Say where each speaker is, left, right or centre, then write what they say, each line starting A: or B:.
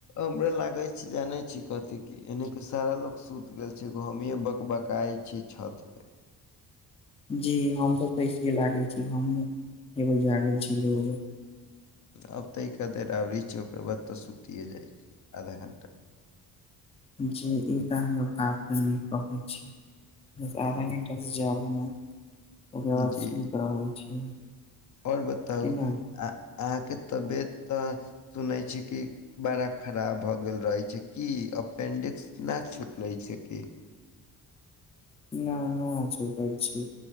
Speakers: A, on the left (about 55°); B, on the left (about 15°).
A: हमरे लागै छैय जानै छी कथी कि एने के सारा लोग सुत गेल छैय एगो हमीये बकबकाइ छीयै छत पे।
B: जी हम तो कैसे लागे छी हम एगो जागल छी ओ लोग
A: आब त इ <unintelligible> आबे छैय ओकर बाद त सुतिये जाइ छियै आधा घंटा।
B: जी इ त अहाँके बात नीक कहै छी। बस
A: उम्म,
B: आधा घण्टासँ जादा न ओकर बाद
A: जी।
B: सुत रहल छी।
A: और बताउ
B: कि ना
A: आ अहाँके तबियत त सुनै छी कि बड़ा खराब भ गेल रहै छैय की अप अपेंडिक्स न छूटले छैय कि।
B: न, न छुटल छैय।